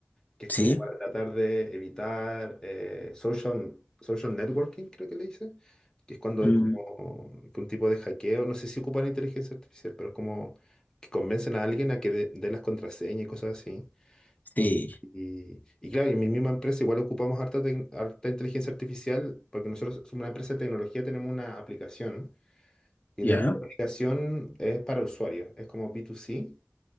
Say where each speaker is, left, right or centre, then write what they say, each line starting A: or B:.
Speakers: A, on the left; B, on the left.
A: que es
B: ¿Sí?
A: como para tratar de evitar eh, social, social networking, creo que le dicen, que es cuando
B: Mm,
A: como, que un tipo de hackeo, no sé si ocupan inteligencia artificial, pero como que convencen a alguien a que dé dé las contraseñas y cosas así.
B: sí.
A: Y, y- y claro, en mi misma empresa igual ocupamos harta, tec- harta inteligencia artificial porque nosotros somos una empresa de tecnología, tenemos una aplicación y
B: ¿Ya?
A: dentro de la aplicación es para usuarios, es como B2C